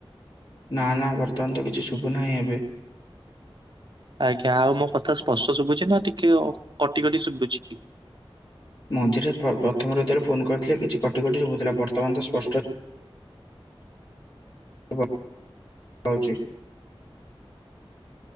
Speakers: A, on the left; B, on the right.
A: ନା ନା ବର୍ତ୍ତମାନ ତ କିଛି ଶୁଭୁ ନାହିଁ ଏବେ।
B: ଆଜ୍ଞା। ଆଉ ମୋ କଥା ସ୍ପଷ୍ଟ ଶୁଭୁଚି ନା ଟିକେ ଅ କଟି କଟି ଶୁଭୁଚି?
A: ମଝିରେ ପ୍ର ପ୍ରଥମରେ ଯେତବେଳେ ଫୋନ କରିଥିଲେ କିଛି କଟି କଟି ଶୁଭୁଥିଲା। ବର୍ତ୍ତମାନ ତ ସ୍ପଷ୍ଟ <unintelligible> ହଉଚି।